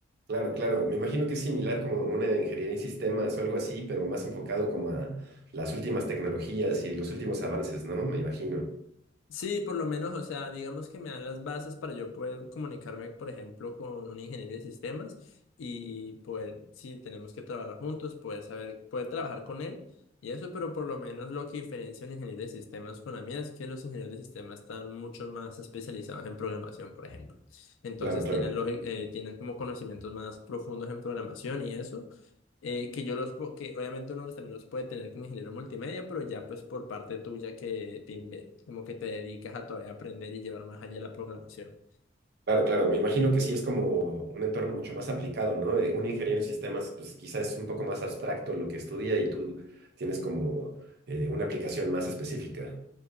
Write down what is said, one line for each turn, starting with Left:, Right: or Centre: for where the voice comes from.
Right: Claro, claro. Me imagino que es similar como una ingeniería en sistemas o algo así, pero más enfocado como a las últimas tecnologías y los últimos avances, ¿no? Me imagino.
Left: Sí, por lo menos, o sea, digamos que me dan las bases para yo poder comunicarme, por ejemplo, con un ingeniero de sistemas y poder, si tenemos que trabajar juntos, poder saber, poder trabajar con él y eso, pero por lo menos lo que diferencia un ingeniero de sistemas con la mía es que los ingenieros de sistemas están mucho más especializados en programación, por ejemplo. Entonces
Right: Claro, claro.
Left: tienen, lógi- eh, tienen como conocimientos más profundos en programación y eso eh, que yo los, pu- que obviamente uno los- también los puede tener como ingeniero multimedia, pero ya pues por parte tuya que te, inve- como que te dedicas a todavía aprender y llevar más allá la programación.
Right: Claro, claro. Me imagino que sí es como un entorno mucho más aplicado, ¿no? Eh, Una ingeniería en sistemas, pues quizás es un poco más abstracto lo que estudia y tú tienes como eh, una aplicación más específica.